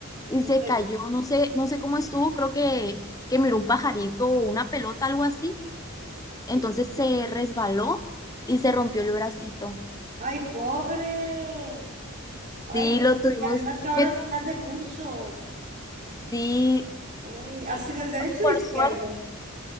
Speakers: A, on the left; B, on the right.
A: y
B: No
A: se
B: me-
A: cayó, no sé, no sé cómo estuvo, creo que, que miró un pajarito o una pelota, algo así.
B: dije-
A: Entonces
B: dije,
A: se resbaló y se rompió el bracito.
B: ¡Ay, pobre! ¡Ay,
A: Sí,
B: pobre!
A: lo tuvimos,
B: Que además ahora
A: me-
B: final de curso.
A: sí,
B: Ay, ¿ha sido el derecho
A: por
B: o izquierdo?
A: suerte,